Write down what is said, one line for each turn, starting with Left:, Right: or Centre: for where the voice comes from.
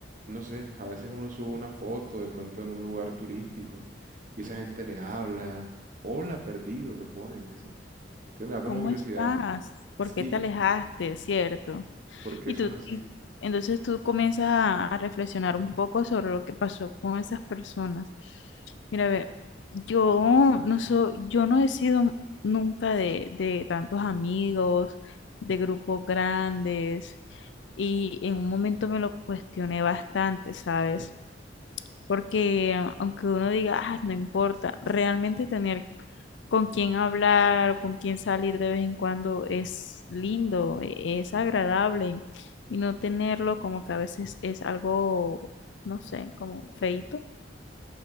Right: no sé, a veces uno sube una foto de pronto en un lugar turístico y esa gente le habla, hola, perdido, te ponen y así. Entonces me da como
Left: ¿Cómo
Right: curiosidad.
Left: estás? ¿Por
Right: Sí,
Left: qué te alejaste? ¿Cierto?
Right: ¿Por qué
Left: Y
Right: son
Left: tú,
Right: así?
Left: y entonces tú comienzas a, a reflexionar un poco sobre lo que pasó con esas personas. Mira, ve, yo no soy, yo no he sido nunca de, de tantos amigos, de grupos grandes, y en un momento me lo cuestioné bastante, ¿sabes? porque eh, aunque uno diga, ah, no importa, realmente tener con quién hablar o con quién salir de vez en cuando es lindo, e- es agradable y no tenerlo como que a veces es algo, no sé, como feito.